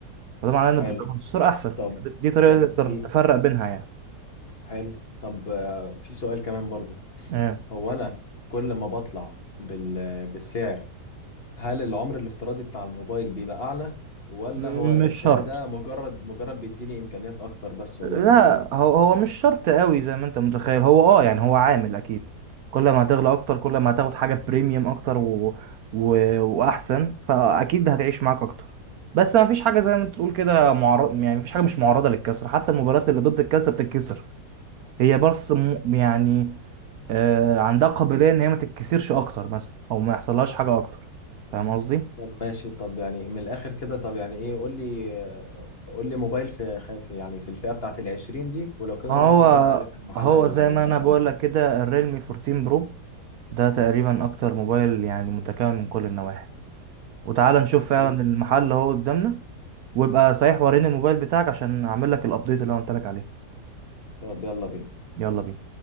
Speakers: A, on the right; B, on the left.
A: وده معناه ان البروسيسور
B: حلو
A: احسن
B: طب
A: يعني دي طريقة
B: طب
A: تقدر
B: في
A: تفرق بينها يعني
B: حلو طب آه، في سؤال كمان برضو
A: اه.
B: هو انا كل ما بطلع بال بالسعر هل العمر الافتراضي بتاع الموبايل بيبقى اعلى ولا
A: مش
B: هو السعر
A: شرط
B: ده مجرد مجرد بيديني امكانيات اكتر بس ولا
A: لا
B: ايه الدنيا
A: هو هو مش شرط قوي زي ما انت متخيل هو اه يعني هو عامل اكيد كل ما هتغلى اكتر كل ما هتاخد حاجه بريميوم اكتر و... و... واحسن فاكيد هتعيش معاك اكتر بس ما فيش حاجه زي ما انت تقول كده معرض يعني ما فيش حاجه مش معرضه للكسر حتى المباريات اللي ضد الكسر بتتكسر هي بس م... يعني آه عندها قابليه ان هي ما تتكسرش اكتر مثلا او ما يحصلهاش حاجه اكتر فاهم قصدي
B: طب ماشي طب يعني من الاخر كده طب يعني ايه قول لي آه، قول لي موبايل في خ- في يعني في الفئة بتاعت ال 20 دي ولو كده
A: هو
B: نروح نبص عليه في المحل
A: هو
B: اللي
A: زي ما
B: قدامنا
A: انا بقول
B: ده
A: لك كده الريلمي 14 برو ده تقريبا اكتر موبايل يعني متكامل من كل النواحي وتعال
B: طب
A: نشوف فعلا
B: خلاص
A: المحل اهو قدامنا وابقى صحيح وريني الموبايل بتاعك عشان اعمل لك الابديت اللي انا قلت لك عليه
B: طب يلا بينا
A: يلا بينا